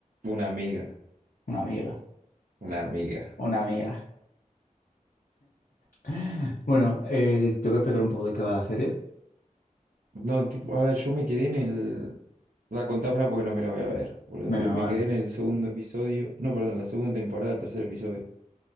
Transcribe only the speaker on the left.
Una amiga.
Una amiga. <laughs> Bueno, eh, te voy a explicar un poco de qué va la serie.
Venga,
vale.